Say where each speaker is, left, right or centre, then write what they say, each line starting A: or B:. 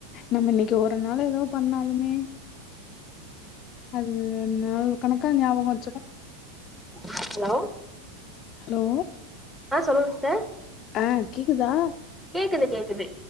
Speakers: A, on the left; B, in the centre.
A: நம்ம இன்னைக்கு ஒரு நாளு எதோ பண்ணாலுமே அதுங்க நாளூ கணக்கா ஞாபக வச்சுக்கோ
B: ஹலோ
A: ஹலோ
B: ஆ சொல்லுங் சிஸ்டர்
A: ஆ கேக்குதா
B: கேக்குது கேக்குது